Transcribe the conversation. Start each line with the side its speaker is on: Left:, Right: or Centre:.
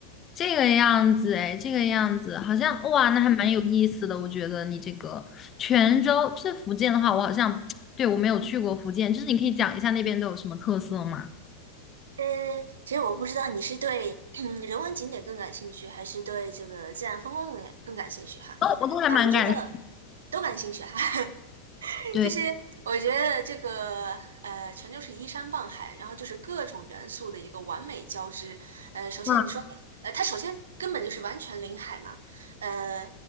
Left: 这个样子，哎，这个样子，好像哇，那还蛮有意思的。我觉得你这个泉州，就是福建的话，我好像 <tsk> 对我没有去过福建，就是你可以讲一下那边都有什么特色吗？
Right: 呃，其实我不知道你是对嗯人文景点更感兴趣，还是对这个自然风光更感更感兴趣哈。
Left: 哦，我都还蛮感
Right: 啊、我觉得都感兴趣哈。<laughs>
Left: 对
Right: 就是我觉得这个呃，全就是依山傍海，然后就是各种元素的一个完美交织。呃，首先你说，
Left: 哇
Right: 呃，它首先根本就是完全临海嘛，呃，